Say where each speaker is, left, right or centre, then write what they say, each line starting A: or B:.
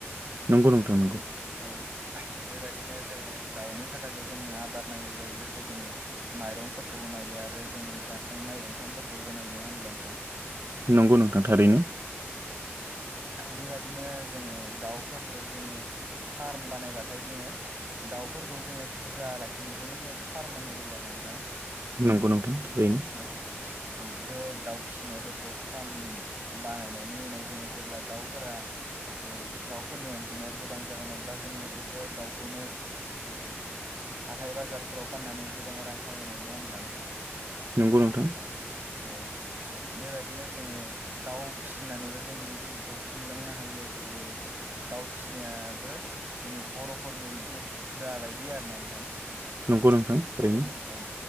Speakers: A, on the right; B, on the right.
A: नंगौ नंथां नंगौ
B: औ बेबायदिनो जोङो दाउनि थाखायथ' जोंनो आदार नांगौ जायो जायखौ जोङो माइरंफोरखौ नायो आरो जोङो जाखांनाय ओंखामफोरखौबो नाय नङा होमब्ला नोंथां
A: नंगौ नोंथां थारैनो
B: बेबायदिनो जोङो दाउ फोरखौ जोङो फार्म बानायबाथाय जोङो दाउफोरखौ जोङो बुरजा लाखिनायखौनो जोङो फार्म होननाय जायो आरो नोंथां
A: नंगौ नोंथां थओरैनो
B: औ औ बे दाउ फिसिनायफोरखौ फार्म बानाय नोंनि उनाव जोङो जेब्ला दावफोरा ओ दाव फोरनि अनजिमाया गोबां जागोन अब्ला जोङो बेफोर दाउखौनो हाथाय बाजारफोराव फाननानै गोबां रां खामायनाय नङा होमब्ला नोंथां
A: नंगौ नोंथां
B: औ बेबायाददिनो जोङो दाउ फिसिनानैबा जोंनि जिउखौ खुंलांनो हायो बे दाउ फिसिनायाबो जोंनि बर'फोरनि मोनसे हुदा बायदि आर ना नोंथां
A: नंगौ नोंथां ओरैनो
B: औ